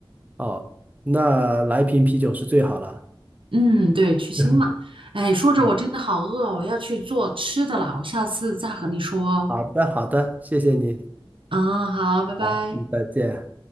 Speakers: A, on the right; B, on the right.
A: 哦，那来瓶啤酒是最好了。
B: 嗯，对，去腥嘛。
A: <laughs>
B: 哎，说着我真的好饿哦，
A: 嗯，
B: 我要去做吃的了，我下次再和你说哦
A: 好的，好的，谢谢你。
B: 嗯，好，拜拜。
A: 好，嗯，再见。